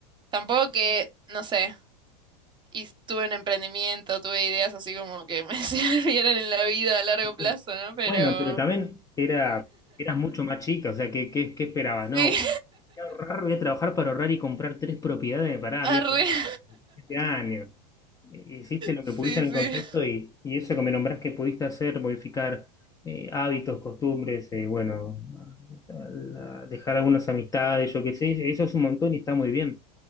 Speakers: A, on the right (about 20°); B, on the left (about 15°).
A: tampoco que, no sé, y tuve un emprendimiento, tuve ideas así como que me <laughs> sirvieran en la vida a largo
B: ok.
A: plazo, ¿no? Pero...
B: Bueno, pero también era, eras mucho más chica, o sea, ¿qué, qué, qué esperabas? No,
A: Sí,
B: voy
A: <laughs>
B: a ahorrar, voy a trabajar para ahorrar y comprar tres propiedades. Pará,
A: arre.
B: había tenido
A: <laughs>
B: siete años. eh, Hiciste lo
A: Sí,
B: que pudiste en
A: sí.
B: el contexto y, y eso que me nombrás que pudiste hacer, modificar eh, hábitos, costumbres, eh, bueno, a- dejar algunas amistades, yo qué sé, eso es un montón y está muy bien.